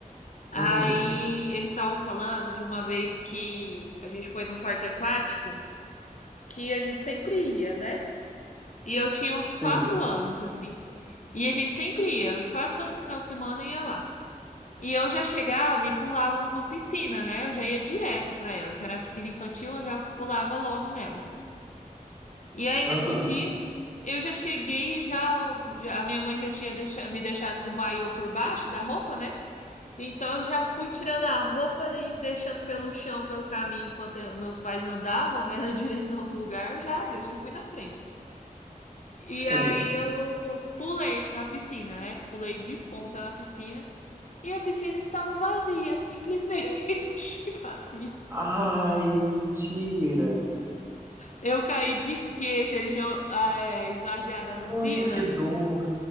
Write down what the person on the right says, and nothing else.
Uhum,
sim,
aham,
sim.
Ai, mentira.
Ui, que dor,